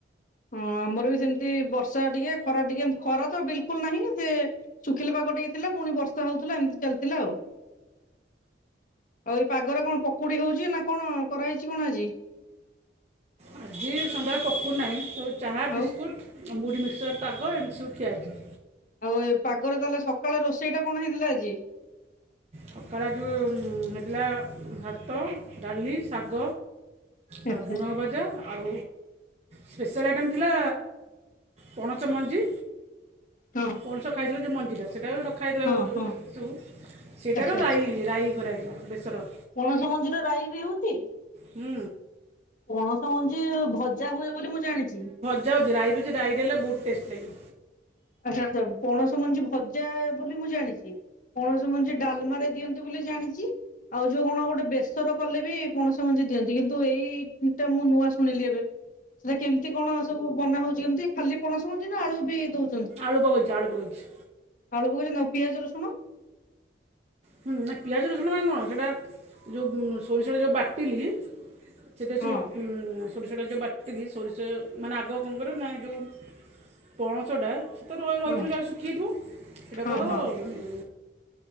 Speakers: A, on the left (about 45°); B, on the right (about 35°).
A: ହଁ ଆମର ବି ସେମିତି ବର୍ଷା ଟିକେ, ଖରା ଟିକେ ଖରା ତ ବିଲକୁଲ୍ ନାହିଁ। ସେ ଶୁଖିଲା ପାଗ ଟିକେ ଥିଲା, ପୁଣି ବର୍ଷା ହଉଥିଲା, ଏମିତି ଚାଲିଥିଲା ଆଉ। ଆଉ ଏଇ ପାଗରେ କଣ ପକୁଡି ହଉଚି, ନା କଣ କରା ହେଇଛି କଣ ଆଜି?
B: ଆଜି ସନ୍ଧ୍ୟାବେଳେ ପକୁଡ଼ି ନାହିଁ। ସବୁ ଚାହା
A: ଆଉ
B: ବିସ୍କୁଟ ମୁୁଢି ମିକ୍ସର୍ ପାଗ ଏମିତି ସବୁ ଖିଆ ହେଇଛି।
A: ଆଉ ଏ ପାଗରେ ତାହେଲେ ସକାଳେ ରୋଷେଇଟା କଣ ହେଇଥିଲା ଆଜି?
B: ସକାଳେ ଯୋଉ ହେଇଥିଲା ଭାତ, ଡାଲି, ଶାଗ। ଆଉ
A: ଆଚ୍ଛା
B: ଝୁଡ଼ଙ୍ଗ ଭଜା। ଆଉ ସ୍ପେଶାଲ୍ ଆଇଟମ୍ ଥିଲା ପଣସ ମଞ୍ଜି।
A: ହଁ
B: ପଣସ ଖାଇଥିଲା ଯୋଉ ମଞ୍ଜିଟା, ସେଇଟା ବି ରଖା ହେଇଥିଲା
A: ହଁ ହଁ
B: ସବୁ। ସେଇଟାର
A: ଆଚ୍ଛା
B: ରାଇ, ରାଇ କରାଯାଇଥିଲା ବେସର।
A: ପଣସ ମଞ୍ଜିର ରାଇ ବି ହଉଚି?
B: ହୁଁ।
A: ପଣସ ମଞ୍ଜି ଭଜା ହୁଏ ବୋଲି ମୁଁ ଜାଣିଛି।
B: ଯାଉଛି ରାଇ ବିଛି ରାଇ ଦେଲେ ବହୁତ ଟେଷ୍ଟ୍ ଲାଗିବ।
A: ଆଚ୍ଛା। ଆଚ୍ଛା। ପଣସ ମଞ୍ଜି ଭଜା ବୋଲି ମୁଁ ଜାଣିଛି। ପଣସ ମଞ୍ଜି ଡାଲମାରେ ଦିଅନ୍ତି ବୋଲି ଜାଣିଚି। ଆଉ ଯୋଉ କଣ ଗୋଟେ ବେସର କଲେ ବି ପଣସ ମଞ୍ଜି ଦିଅନ୍ତି କିନ୍ତୁ ଏଇଟା ମୁଁ ନୂଆ ଶୁଣିଲି ଏବେ। ସେଟା କେମ୍ତି କଣ ସବୁ ବନା ହଉଛି କେମ୍ତି ଖାଲି ପଣସ ମଞ୍ଜି ନା ଆଳୁ ବି ଦଉଚ
B: ଆଳୁ ପକେଇଚି। ଆଳୁ ପକେଇଛି।
A: ଆଳୁ ପକେଇଛନ୍ତି। ଆଉ ପିଆଜ ରସୁଣ?
B: ହୁଁ ନା ପିଆଜ ରସୁଣ <unintelligible> ସେଟା ଯୋଉ ସୋରିଷ ଯୋଉ ବାଟିଲି ସେଟା
A: ହଁ
B: ସବୁ ଉ ସୋରିଷ ଟା ଯୋଉ ବାଟିଲି ସୋରିଷ ମାନେ ଆଗ ର ନା ଯୋଉ ପଣସଟା ତ ର ରହିଥିବ
A: ହଁ
B: ଜାହେଲେ ଶୁଖିଯାଇଥିବ। ସେଇଟାକୁ
A: ହଁ
B: ଅ
A: ହଁ